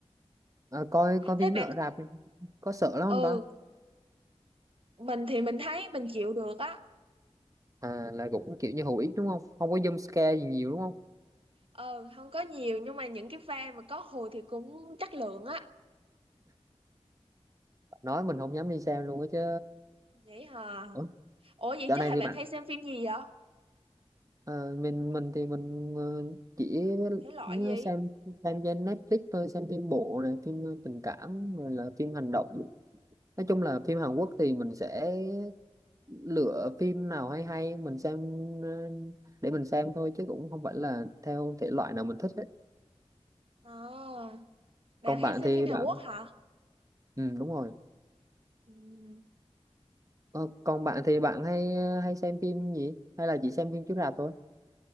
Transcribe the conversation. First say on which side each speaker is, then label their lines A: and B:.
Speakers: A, on the right; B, on the right.
A: à, coi coi
B: Thế
A: phim
B: bạn,
A: nó ở rạp có sợ lắm
B: ừ,
A: không ta
B: mình thì mình thấy mình chịu được á.
A: à là cũng kiểu như hữu ích đúng không không có jump scare gì nhiều đúng không
B: Ờ, không có nhiều nhưng mà những cái pha mà có hồi thì cũng chất lượng á.
A: nói mình không dám đi xem luôn á chứ
B: Vậy hả?
A: Ủa,
B: Ủa vậy
A: dạo
B: chứ
A: này
B: hả
A: thì
B: bạn
A: bạn
B: hay xem phim gì vậy?
A: ờ, mình mình thì mình ờ, chỉ
B: Thể loại
A: nhớ
B: gì?
A: xem xem trên Netflix thôi xem phim bộ này phim ờ, tình cảm rồi là phim hành động nói chung là phim Hàn Quốc thì mình sẽ lựa phim nào hay hay mình xem ờ, để mình xem thôi chứ cũng không phải là theo thể loại nào mình thích đấy
B: À, bạn
A: còn
B: hay
A: bạn
B: xem
A: thì
B: phim Hàn
A: bạn
B: Quốc hả?
A: ừ đúng rồi
B: Ừ.
A: Ờ, còn bạn thì bạn hay ờ, hay xem phim gì hay là chỉ xem phim chiếu rạp thôi